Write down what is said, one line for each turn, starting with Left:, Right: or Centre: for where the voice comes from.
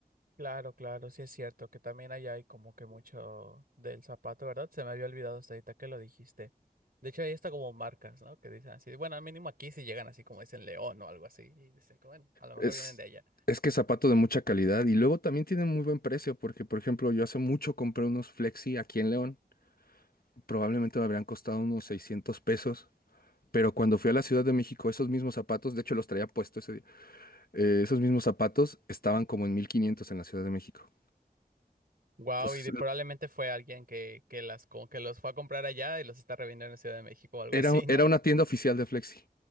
Right: Claro, claro, sí es cierto que también allá hay como que mucho del zapato, ¿verdad? Se me había olvidado hasta ahorita que lo dijiste. De hecho, ahí está como marcas, ¿no? Que dicen así, bueno, al mínimo aquí sí llegan así como dicen León o algo así, y dicen, que, bueno, a lo
Left: Es,
Right: mejor vienen de allá.
Left: es que es zapato de mucha calidad y luego también tiene muy buen precio porque, por ejemplo, yo hace mucho compré unos Flexi aquí en León. Probablemente me habrían costado unos 600 pesos, pero cuando fui a la Ciudad de México, esos mismos zapatos, de hecho los traía puesto ese día, eh, esos mismos zapatos estaban como en 1500 en la Ciudad de México.
Right: Wow,
Left: Entonces,
Right: y de- probablemente fue alguien que, que las como que los fue a comprar allá y los está revendiendo en Ciudad de México o algo
Left: era,
Right: así,
Left: un-
Right: ¿no?
Left: era una tienda oficial de Flexi.